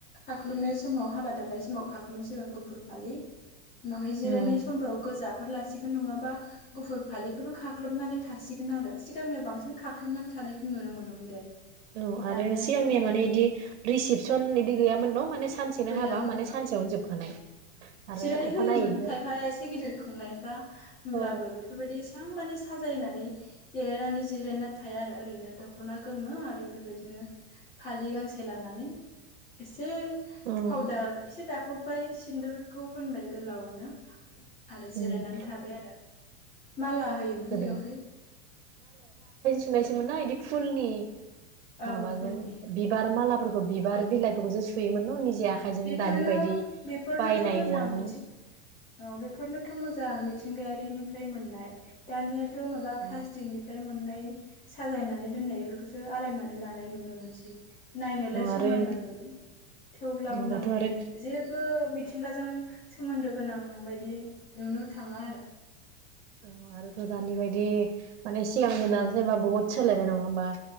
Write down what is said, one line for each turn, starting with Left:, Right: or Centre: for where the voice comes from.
Left: खाख्लुमनाय समाव हाबा दाननाय समाव खाख्लोमसिगोन गुफुर फालि उनावहाय जिरायनाय
Right: औ
Left: समफ्राव गोजा फोर लासिगोन नङाबा गुफुर फालिखौनो खाख्लबनानै थासिगोन आरो सिगांनिया बांसिन खाख्लबनानै थानायखौ नुनो मोनोमोन दे।
Right: औ
Left: दानियासो
Right: आरो सिगांनिया
Left: नुनो
Right: माने
Left: मोनला
Right: इदि रिसिपसन बिदि गैयामोन न' माने सानसे नो
Left: गैयामोन
Right: हाबा माने
Left: औ
Right: सानसेयावनो जोबखानाय। आरो
Left: जिराय
Right: अखानायैहाय
Left: होयोमोन खायफाया एसे गिदिर खुंनायफ्रा होमब्लाबो
Right: औ
Left: बेफोरबायदि एसेयां माने साजायनानै देलायनानै जिरायना थाया आरो ओरैनो दख'ना गोमो आरो बेबायदिनो फालि गांसे लानानै एसे दो
Right: औ
Left: पाउदार एसे दाफब फाय सिन्दुर खौ फोनबाय गोलावनो। आरो
Right: उम
Left: जिरायनानै थाबाय आरो। माला होयोमोन
Right: गोदो
Left: बेवहाय।
Right: नायसोमोन ना इदि फुलनि
Left: औ
Right: माबाजों
Left: फुलनि
Right: बिबार मालाफोरखौ
Left: औ
Right: बिबार बिलाइफोरखौसो सुयोमोन न'? निजे आखाइजों
Left: बेफोरनो
Right: दानि बायदि
Left: बेफोरनोथ'
Right: बायनाय
Left: मोजां
Right: नङामोन
Left: बिथिं औ बेफोरनोथ' मोजां जां मिथिंगायारिनिफ्राय मोननाय दानिया थ माबा
Right: औ
Left: फ्लास्तिक निफ्राय मोन मोननाय साजायनानै दोननायफोरखौसो आलायनानै लानाय नुनो मोनसै। नायनोलाय समायना
Right: आरो
Left: नुयो थेव ब्लाबो
Right: दाथ'
Left: माने
Right: आरो
Left: जेबो मिथिंगाजों सोमोन्दो गोनां बायदि नुनो थाङा आरो।
Right: औ आरोथ' दानि बायदि माने सिगांनो दा जेनेबा बहुद सोलायबाय नङा होमबा?